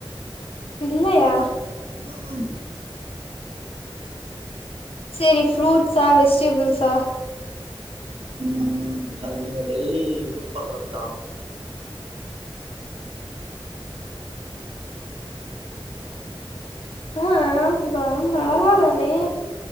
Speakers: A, on the left; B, on the right.
A: இல்லயா
B: ம் ம்
A: சரி ஃப்ரூட்ஸா வெஜிடபிள்ஸா
B: ம் அது நீங்க டெய்லி யூஸ் பண்றது தான்
A: <inaudible> <inaudible> <inaudible> அ வா மொளகா தானே